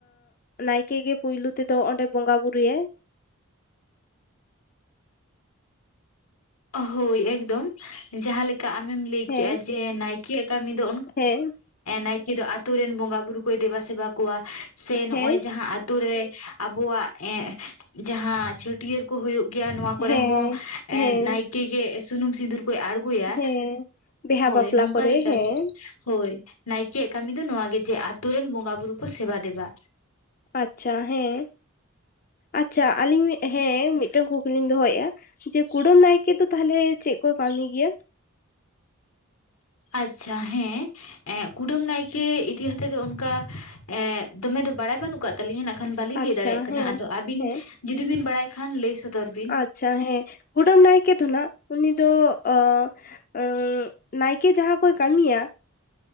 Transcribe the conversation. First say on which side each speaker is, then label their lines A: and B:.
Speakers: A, on the left; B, on the left.
A: ᱱᱟᱭᱠᱮ ᱜᱮ ᱯᱳᱭᱞᱳ ᱛᱮᱫᱚ ᱚᱸᱰᱮ ᱵᱚᱸᱜᱟ ᱵᱩᱨᱩᱟᱭ᱾
B: ᱦᱳᱭ ᱮᱠᱫᱚᱢ ᱡᱟᱦᱟᱸ ᱞᱮᱠᱟ ᱟᱢᱮᱢ ᱞᱟᱹᱭ
A: ᱦᱮᱸ
B: ᱠᱮᱜᱼᱟ ᱡᱮ ᱱᱟᱭᱠᱮᱭᱟᱜ ᱠᱟᱹᱢᱤ ᱫᱚ
A: ᱦᱮᱸ
B: ᱱᱟᱭᱠᱮ ᱫᱚ ᱟᱛᱳ ᱨᱮᱱ ᱵᱚᱸᱜᱟ ᱵᱩᱨᱩᱭ ᱠᱚᱭ ᱫᱮᱵᱟ ᱥᱮᱵᱟ ᱠᱚᱣᱟ ᱥᱮ ᱱᱚᱜᱼᱚᱭ
A: ᱦᱮᱸ
B: ᱡᱟᱦᱟᱸ ᱟᱛᱳᱨᱮ ᱟᱵᱚᱣᱟᱜ ᱮᱻ ᱡᱟᱦᱟᱸ ᱪᱷᱟᱹᱴᱭᱟᱹᱨ ᱠᱚ ᱦᱩᱭᱩᱜ ᱜᱮᱭᱟ ᱱᱚᱶᱟ ᱠᱚᱨᱮ
A: ᱦᱮᱸ
B: ᱦᱚᱸ
A: ᱦᱮᱸ
B: ᱱᱟᱭᱠᱮ ᱜᱮ ᱥᱩᱱᱩᱢ ᱥᱤᱸᱫᱩᱨ ᱠᱚ ᱟᱲᱜᱚᱭᱟ
A: ᱦᱮᱸ ᱵᱤᱦᱟ
B: ᱦᱳᱭ
A: ᱵᱟᱯᱞᱟ
B: ᱱᱚᱝᱠᱟ
A: ᱠᱚᱨᱮ
B: ᱞᱮᱠᱟ
A: ᱦᱮᱸ
B: ᱜᱮ᱾ ᱦᱳᱭ ᱱᱟᱭᱠᱮᱭᱟᱜ ᱠᱟᱹᱢᱤ ᱫᱚ ᱱᱚᱣᱟ ᱜᱮ ᱡᱮ ᱟᱛᱩ ᱨᱮᱱ ᱵᱚᱸᱜᱟ ᱵᱩᱨᱩ ᱠᱚ ᱥᱮᱵᱟ ᱫᱮᱵᱟ᱾
A: ᱟᱪᱪᱷᱟ ᱦᱮᱸ᱾ ᱟᱪᱪᱷᱟ ᱟᱹᱞᱤᱧ ᱦᱮᱸ ᱢᱤᱫᱴᱟᱝ ᱠᱩᱠᱞᱤᱧ ᱫᱚᱦᱚᱭᱮᱜᱼᱟ ᱡᱮ ᱠᱩᱰᱟᱹᱢ ᱱᱟᱭᱠᱮ ᱫᱚ ᱛᱟᱦᱚᱞᱮ ᱪᱮᱫ ᱠᱚᱭ ᱠᱟᱹᱢᱤ ᱜᱮᱭᱟ?
B: ᱟᱪᱪᱷᱟ ᱦᱮᱸ᱾ ᱠᱩᱰᱟᱹᱢ ᱱᱟᱭᱠᱮ ᱤᱫᱤ ᱠᱟᱛᱮᱫ ᱫᱚ ᱚᱱᱠᱟ ᱮᱻ ᱫᱚᱢᱮ ᱫᱚ ᱵᱟᱲᱟᱭ ᱵᱟᱹᱱᱩᱜ <unintelligible> ᱛᱟᱹᱞᱤᱧᱟ ᱱᱟᱜ ᱠᱷᱟᱱ ᱵᱟᱹᱞᱤᱧ
A: ᱟᱪᱪᱷᱟ
B: ᱞᱟᱹᱭ ᱫᱟᱲᱮᱭᱟᱜ ᱠᱟᱱᱟ
A: ᱦᱮᱸ
B: ᱟᱫᱚ ᱟᱹᱵᱤᱱ
A: ᱦᱮᱸ
B: ᱡᱩᱫᱤ ᱵᱤᱱ ᱵᱟᱲᱟᱭ ᱠᱷᱟᱱ ᱞᱟᱹᱭ ᱥᱚᱫᱚᱨ ᱵᱤᱱ?
A: ᱟᱪᱪᱷᱟ ᱦᱮᱸ ᱠᱩᱰᱟᱹᱢ ᱱᱟᱭᱠᱮ ᱫᱚ ᱱᱟᱦᱟᱜ ᱩᱱᱤ ᱫᱚ ᱚᱻ ᱮᱻ ᱱᱟᱭᱠᱮ ᱡᱟᱦᱟᱸ ᱠᱚᱭ ᱠᱟᱹᱢᱤᱭᱟ